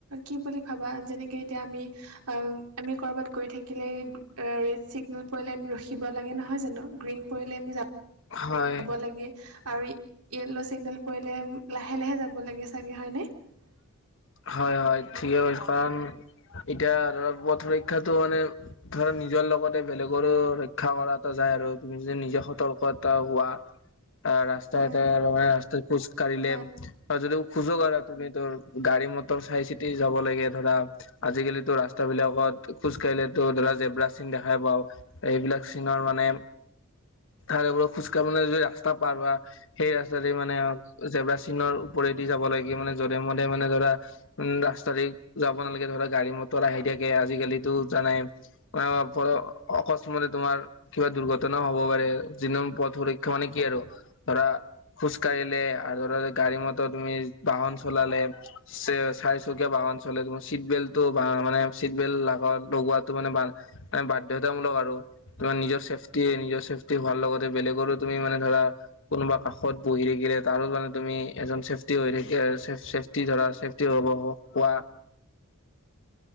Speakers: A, on the right; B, on the left.
A: কি বুলি ভাবা যেনেকে এতিয়া আমি অ' আমি ক'ৰবাত গৈ থাকি থাকিলেই ৰেড চিগনেল পৰিলে আমি ৰখিব লাগে নহয় জানো গ্ৰীণ পৰিলে আমি
B: হয়
A: যাব লাগে আৰু য়েল্ল' ছিগনেল পৰিলে লাহে লাহে যাব লাগে চাগে হয়নে? <inaudible>
B: হয়, হয়, ঠিকে কৈছা। কাৰণ এতিয়া আৰু পথ ৰক্ষাটো মানে ধৰা নিজৰ লগতে বেলেগৰো ৰক্ষা কৰা এটা যায় আৰু তুমি যদি নিজে সতৰ্ক এটা হোৱা।
A: <inaudible>
B: আহ ৰাস্তা
A: হয়
B: এটাই আৰু মানে আমাৰ ৰাস্তাত খোজসকাঢ়িলে
A: হয়
B: আৰু যদি খোজো উম, গাড়ী মটৰ চাই চিতি যাব লাগে ধৰা। আজিকালিটো ৰাস্তাবিলাকত খোজকাঢ়িলেতো ধৰা জেব্ৰা চিন দেখাই পাওঁ। এইবিলাক চিনৰ মানে
A: <inaudible>
B: <unintelligible> খোজকাঢ়িবলৈ যৈ ৰাস্তা পাৰ হোৱা। সেই ৰাস্তাতে মানে যেবা চিনৰ ওপৰেদি যাব লাগে মানে যধে মধে মানে ধৰা উম, ৰাস্তা দি যাব নালাগে ধৰা গাড়ী মটৰ আহি থাকে আজিকালিতো জানাই। অ', অকস্মতে তোমাৰ কিবা দুৰ্ঘটনাও হ'ব পাৰে যি <unintelligible> পথ সুৰক্ষা মানে কি আৰু। ধৰা খোজ কাঢ়িলে আৰু ধৰা গাড়ী মটৰ তুমি বাহন চলালে। চে-চাৰিচুকীয়া বাহন চলালে চিট বেল্টটো মানে চিট বেল্ট লগত লগোৱাটো মানে বা বাধ্যতামূলক আৰু। তোমাৰ নিজৰ চছেফটি নিজৰ চছেফটি ভাল লগাতে বেলেগৰো তুমি মানে ধৰা কোনোবা কাষত বহি থাকিলে তাৰো মানে তুমি এজন চেফটি হৈ থাকি অ' চেফটি চেফটি ধৰা চেফটি হ'ব হোৱা।